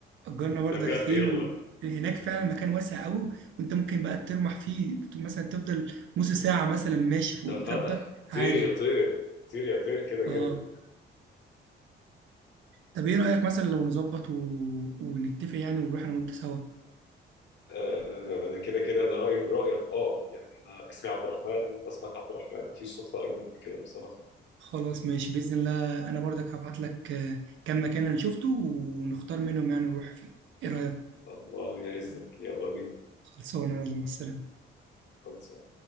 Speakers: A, on the right; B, on the left.
A: اجرنا برضك
B: ده بجد
A: خيل
B: يلا
A: و... هناك فعلا مكان واسع قوي وانت ممكن بقى ترمح فيه بت- مثلا تفضل نص ساعه مثلا ماشي فوق
B: ده انفتح
A: التبه عادي
B: طير يا طير طير يا طير كده
A: اه
B: كده
A: طب ايه رايك مثلا لو نظبط و... ونتفق يعني ونروح انا وانت سوا
B: آه، ده كده كده انا رايي من رايك اه يعني انا اسمي عبد الرحمن وانت اسمك عبد الرحمن مفيش صدفه اجمل من كده بصراحه
A: خلاص ماشي بإذن الله أنا برضك هبعت لك آه، كم مكان أنا شفته ونختار منهم يعني نروح فين إيه رأيك
B: الله يعزك يلا بينا
A: خلصانة يلا مع السلامة
B: خلصان